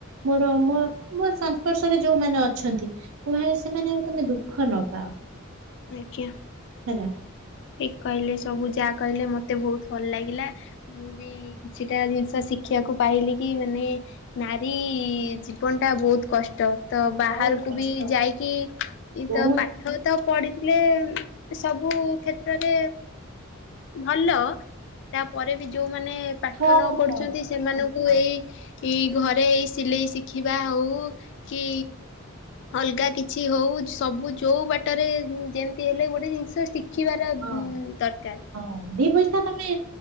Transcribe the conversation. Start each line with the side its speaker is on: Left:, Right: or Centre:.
Right: ମୋର ମୋ ମୋ ସଂସ୍ପର୍ଶରେ ଯୋଉମାନେ ଅଛନ୍ତି ମୁଁ ଭାବେ ସେମାନେ ଆଉ ତମେ ଦୁଃଖ ନ ପାଅ।
Left: ଆଜ୍ଞା।
Right: ହେଲା।
Left: ଠିକ୍ କହିଲେ ସବୁ ଯାହା କହିଲେ ମତେ ବହୁତ ଭଲ ଲାଗିଲା। ମୁଁ ବି କିଛିଟା ଜିନିଷ ଶିଖିଆକୁ ପାଇଲି କି ମାନେ ନାରୀ ଜୀବନଟା ବହୁତ୍ କଷ୍ଟ। ତ ବାହାରକୁ
Right: ବହୁତ କଷ୍ଟ
Left: ବି ଯାଇକି
Right: ବହୁତ
Left: ତ ପାଠ ତ ପଢିଥିଲେ ଏ ସବୁ କ୍ଷେତ୍ରରେ ଭଲ ତାପରେ ବି ଯୋଉମାନେ ପାଠ
Right: ବହୁତ
Left: ନ ପଢୁ
Right: ପରିଶ୍ରମ
Left: ଚନ୍ତି ସେମାନଙ୍କୁ ଏଇ ଇ ଘରେ ଏଇ ସିଲେଇ ଶିଖିବା ହଉ କି ଅଲଗା କିଛି ହଉ ସବୁ ଯୋଉ ବାଟରେ ଯେମିତି ହେଲେ ଗୋଟେ ଜିନିଷ ଶଖ୍ ଶିଖିବାର
Right: ହଁ
Left: ଦରକାର୍।
Right: ହଁ ଦି ପଇସା ତମେ